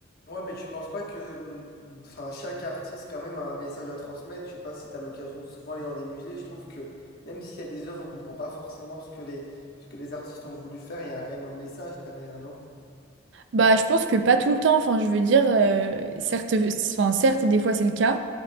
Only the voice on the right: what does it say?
Bah, je pense que pas tout le temps. Enfin, je veux dire, euh, certes, enfin, certes, des fois c'est le cas,